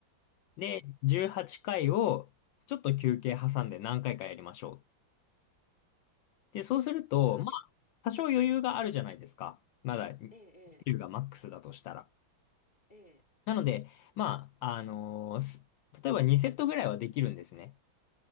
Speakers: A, on the left; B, on the left.
A: で、
B: はい、
A: 18回を、ちょっと休憩挟んで何回かやりましょう。で、そうすると、
B: はい、
A: まあ、多少余裕があるじゃないですか。まだ、9がマックスだとしたら。
B: ええ、ええ、ええ。
A: なので、まあ、あのーす例えば2セットぐらいはできるんですね。